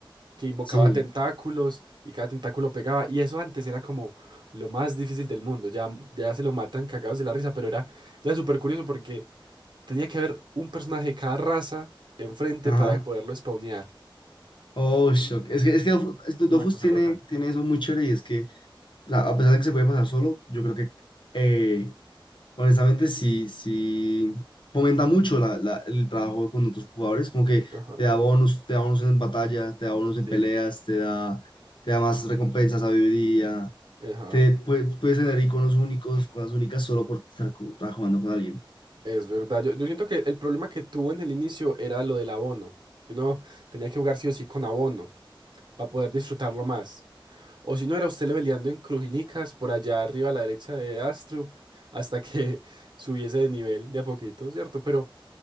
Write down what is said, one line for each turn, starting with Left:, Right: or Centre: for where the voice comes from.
Right: que invocaba
Left: Sí,
Right: tentáculos y cada tentáculo pegaba. Y eso antes era como lo más difícil del mundo. Ya, ya se lo matan cagados de la risa, pero era, era súper curioso porque tenía que haber un personaje de cada raza enfrente
Left: ajá.
Right: para poderlo spawnear.
Left: Oh, shock. Es que, es que
Right: Ah,
Left: Dofus,
Right: sí,
Left: es
Right: Es
Left: que Dofus
Right: una cosa
Left: tiene,
Right: loca.
Left: tiene eso muy chévere y es que la- a pesar de que se puede pasar solo, yo creo que eh, Honestamente, sí, sí fomenta mucho la- la- el trabajo con otros jugadores, como que
Right: Ajá.
Left: te da bonus, te da bonus en batalla, te da bonus en
Right: Sí,
Left: peleas, te da, te da más recompensas, sabiduría,
Right: ajá.
Left: te pue- puedes tener iconos únicos, cosas únicas solo por estar co- trabajando con alguien.
Right: Es verdad. Yo, yo siento que el problema que tuvo en el inicio era lo del abono. que Uno tenía que jugar sí o sí con abono para poder disfrutarlo más. O si no, era usted leveleando en Crujinicas, por allá arriba a la derecha de Astrup, hasta que <laughs> subiese de nivel de a poquito, ¿cierto? Pero,